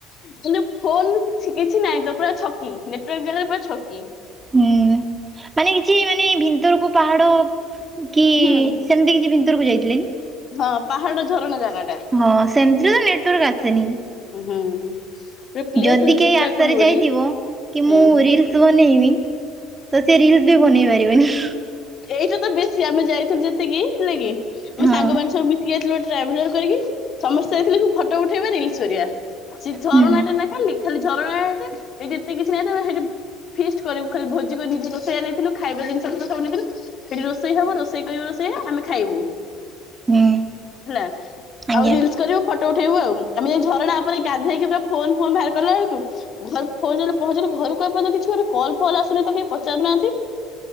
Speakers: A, on the left (about 45°); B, on the right (about 20°).
A: ମାନେ ଫୋନ୍ କିଛି ନାହିଁ ତ ପୁରା ଛକି ନେଟୱାର୍କ ଜାଗାରେ ପୁରା ଛକି।
B: ହୁଁ ମାନେ କିଛି ମାନେ ଭିତରକୁ ପାହାଡ କି
A: ହୁଁ
B: ସେମିତି କିଛି ଭତରକୁ ଯାଇଥିଲେ କି?
A: ହଁ ପାହାଡ ଝରଣା ଜାଗା ଟା।
B: ହଁ ସେମିତିରେ ତ ନେଟୱାର୍କ ଆସେନି।
A: ହୁଁ। ଗୋଟେ ପ୍ଲେସ
B: ଯଦି
A: ଅଛି
B: କେହି
A: ସୀତାକୁଣ୍ଡ
B: ଆଶାରେ ଯାଇଥିବ
A: ବୋଲି
B: କି
A: ହୁଁ।
B: ମୁଁ ରିଲ୍ ତୁ ବନେଇବି ତ ସେ ରିଲ୍ସ ବି ବନେଇ ପାରିବନି।
A: ଏଇଟା ତ ବେଶୀ ଆମେ ଯାଇଥିଲୁ ଯେତିକି ହେଲା କିି ଆମେ
B: ହଁ
A: ସାଙ୍ଗମାନେ ସବୁ। ଇଏଥିଲୁ ଟ୍ରାଭେଲର କରିକି ସମସ୍ତେ ଯାଇଥିଲେ ଫଟୋ ଉଠେଇବା ରିଲ୍ସ କରିବା। ସେ ଝରଣା
B: ହୁଁ
A: ଟା ନେ ଖାଲି ଖାଲି ଝରଣା ସେଇଠି ଏତେ କିଛି ନାଇଁଥା ସେଇଠି ଫିଷ୍ଟ କରିବୁ ଖାଲି ଭୋଜି କରି ନିଜ ରଷେଇଆ ନେଇଥିଲୁ ଖାଇବା ଜିନି ସେଠି ତ ସବୁ ନେଇଥିଲେ ଏଠି ରୋଷେଇ ହବ ରୋଷେଇ କରିବ ରୋଷେଇ ଆମେ ଖାଇବୁ।
B: ହୁଁ।
A: ହେଲା
B: ଆଜ୍ଞା।
A: ଆଉ ରିଲସ୍ କର। ଫଟୋ ଉଠେଇବୁ ଆଉ ଆମେ ଯେମିତି ଝରଣା ଉପରେ ଗାଧେଇକି ଫୋନ୍ ଫୋନ୍ ବାହାର କଲା ବେଳକୁ ଘରେ ଫୋନ୍ ପହଞ୍ଚିଲି ଘରକୁ ଏପର୍ଯ୍ୟନ୍ତ ଗୋଟ କଲ୍ ଫଲ୍ ଆସୁନି ତ କେହି ପଚାରୁନାହାନ୍ତି।